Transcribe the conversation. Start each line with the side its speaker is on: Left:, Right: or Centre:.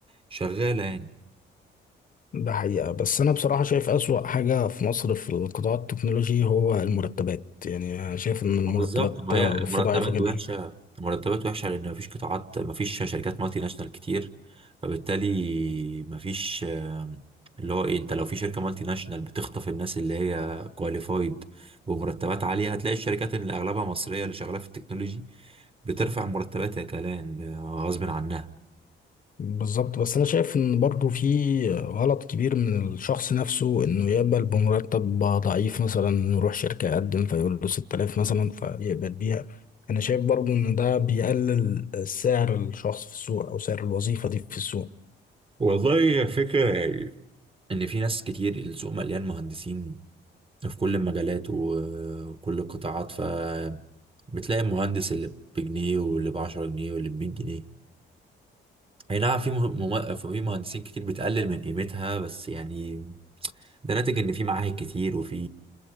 Right: شغاله يعني
Left: ده حقيقة بس انا بصراحة شايف اسوأ حاجة في مصر في القطاع التكنولوجي هو المرتبات يعني انا شايف ان المرتبات
Right: آه، بالظبط ما
Left: آه،
Right: هي المرتبات
Left: فيه ضعيفة جدا
Right: وحشه المرتبات وحشه لان مفيش قطاعات مفيش شركات مالتي ناشونال كتير فبالتالي مفيش آه، اللي هو ايه انت لو في شركه مالتي ناشونال بتخطف الناس اللي هي كواليفايد بمرتبات عاليه هتلاقي الشركات اللي اغلبها مصريه اللي شغاله في التكنولوجي بترفع مرتباتها كمان آه، غصب عنها
Left: بالظبط بس انا شايف ان برضو في غلط كبير من الشخص نفسه انه يقبل بمرتب ضعيف مثلا يروح شركة يقدم فيقول له 6000 مثلا فيقبل بيها انا شايف برضو ان ده بيقلل سعر الشخص في السوق او سعر الوظيفة دي في السوق
Right: والله يا فكرة يعني ان في ناس كتير السوق مليان مهندسين في كل المجالات و- وكل القطاعات ف بتلاقي المهندس اللي بجنيه واللي بعشرة جنيه واللي بمية جنيه اي نعم في مه- مم... في مهندسين كتير بتقلل من قيمتها بس يعني ده ناتج ان في معاهد كتير وفي